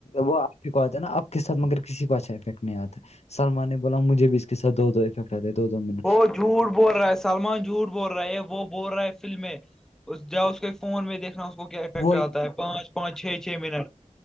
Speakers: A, on the left; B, in the centre.
A: وہ آپ ہی کو آتا ہے نا آپ کے ساتھ مگر کسی کو اچھا افیکٹ نہیں آتا سلمان نے بولا مجھے بھی اس کے ساتھ دو افیکٹ آتے دو منٹ
B: وہ جھوٹ بول رہا ہے سلمان جھوٹ بول رہا ہے وہ بول رہا ہے فلمیں اس جا اس کے فون میں دیکھنا اس کو کیا افیکٹ
A: وہ
B: آتا ہے پانچ پانچ چھ چھ منٹ